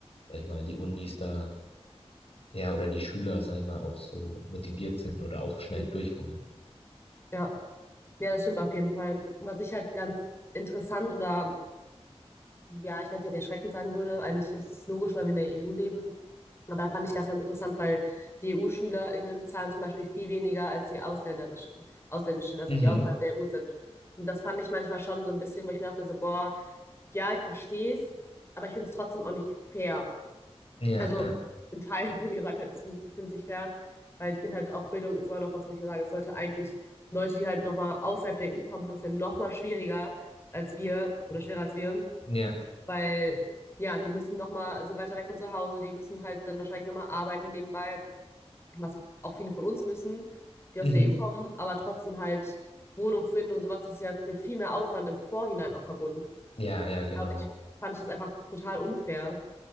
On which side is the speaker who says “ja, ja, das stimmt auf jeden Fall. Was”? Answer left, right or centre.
Left